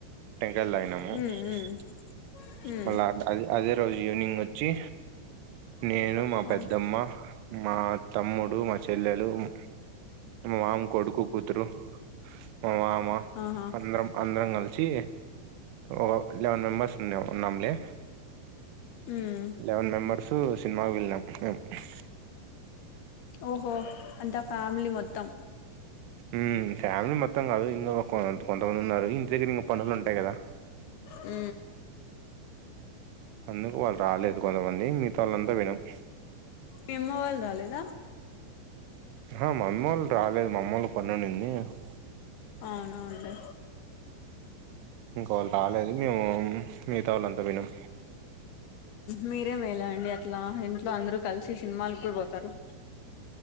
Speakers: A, on the right; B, on the left.
A: <unintelligible>
B: ఉ ఉ
A: మళ్ళా అదే అదే రోజు ఈవినింగ్ వచ్చి నేను మా
B: ఉ
A: పెద్దమ్మ
B: ఆ
A: మా తమ్ముడు మా చెల్లెలు మా మామ కొడుకు కూతురు మా మామ
B: ఆహా
A: అందరం అందరం కలిచి ఒక లెవెన్ మెంబెర్స్ ఉన్నా ఉన్నాంలే
B: ఉ
A: లెవెన్ మెంబర్స్ సినిమాకి వెళ్లినం <unintelligible>
B: ఓహో అంత ఆ ఫ్యామిలీ మొత్తం
A: ఉమ్మ్ ఫ్యామిలీ మొత్తం గాదు ఇంగో కొంత్ కొంతమందున్నారు ఇంటి దగ్గర ఇంక పనులుంటాయి గదా
B: హు
A: అందుకు వాళ్ళు రాలేదు కొంతమంది మిగత వాళ్ళంతా పోయినం
B: మీ అమ్మ వాళ్ళు రాలేద
A: అహ మమ్మీ వళ్ళు రాలేదు మామ్మోళ్ళ పనీ <unintelligible>
B: అవునవునులే
A: ఇంకో వాళ్ళు రాలేదు మేము మిగత వాళ్ళంతా పోయినం
B: మీరే మేల అండి అట్లా ఇంట్లో అందరు కలిసి సినిమాలకు కూడ పోతారు